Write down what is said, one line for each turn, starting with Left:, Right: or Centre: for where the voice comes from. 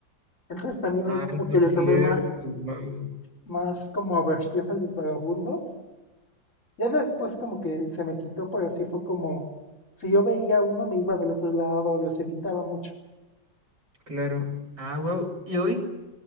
Left: Entonces también
Right: Ah,
Left: ahí como
Right: no
Left: que le
Right: es
Left: tomé
Right: cierto,
Left: más,
Right: wow.
Left: más como aversión a los vagabundos. Ya después como que se me quitó, pero sí fue como, si yo veía uno me iba del otro lado, los evitaba mucho.
Right: Claro. Ah, wow. ¿Y hoy